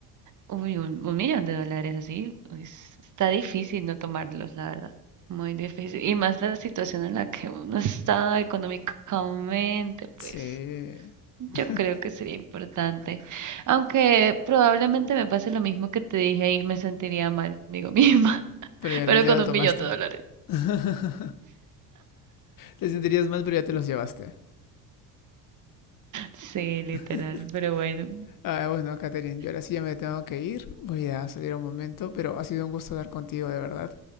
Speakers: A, on the right; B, on the left.
A: uy, un, un millón de dólares así es- está difícil no tomarlos, la verdad, muy difícil. Y más la situación en la que uno está económicamente, pues
B: Sí.
A: yo
B: <laughs>
A: creo que sería importante. Aunque probablemente me pase lo mismo que te dije ahí, me sentiría mal conmigo <laughs> misma.
B: Pero ya
A: Pero
B: lo, ya
A: con
B: lo
A: un
B: tomaste.
A: millón de dólares.
B: <laughs> Te sentirías mal, pero ya te los llevaste.
A: Sí, literal,
B: <laughs>
A: pero bueno.
B: Ah, bueno, Catherine, yo ahora sí ya me tengo que ir. Voy a salir un momento, pero ha sido un gusto hablar contigo, de verdad.